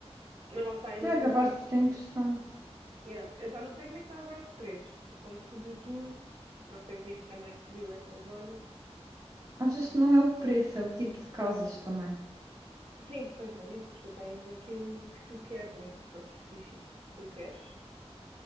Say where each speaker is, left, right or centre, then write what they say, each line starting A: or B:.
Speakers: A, on the right; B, on the right.
A: mas lá está, eu
B: Não,
A: não
B: é
A: sei
B: capaz
A: como é
B: de
A: que.
B: ser interessante.
A: yeah, Eu só não sei como é que está agora de preços, porque como subiu tudo, não sei se isso também subiu essa zona.
B: Às vezes não é o preço, é o tipo de casas também.
A: Sim, pois é, isso, porque tu tens aquilo que tu queres, né? Aquele específico que tu queres.